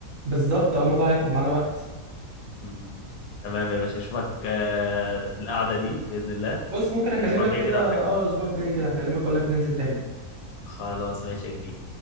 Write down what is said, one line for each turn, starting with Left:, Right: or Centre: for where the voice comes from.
Right: بالظبط اه الموضوع هياخد معانا وقت
Left: مم. تمام يا باشا اشوفك آه، في القعدة دي بإذن الله
Right: بص ممكن
Left: الأسبوع
Right: اكلمك
Left: الجاي
Right: كده
Left: كده ولا حاجة
Right: اه الاسبوع الجاي كده هكلمك اقول لك ننزل تاني
Left: خلاص ماشي يا كبير